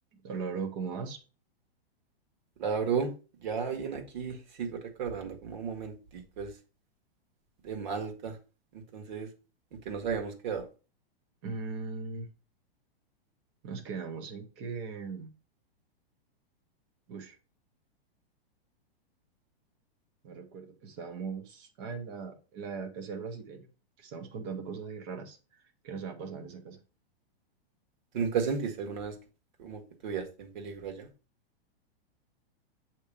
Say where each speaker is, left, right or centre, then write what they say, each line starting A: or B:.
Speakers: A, on the right; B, on the right.
A: Hola, bro, ¿cómo vas?
B: La bro, ya bien aquí sigo recordando como momenticos de Malta. Entonces, ¿en qué nos habíamos quedado?
A: Mm, nos quedamos en que... Ush, me recuerdo que estábamos... Ah, en la, en la casa del brasileño. Que estábamos contando cosas ahí raras que nos han pasado en esa casa.
B: ¿Tú nunca sentiste alguna vez que como que tu vida esté en peligro allá?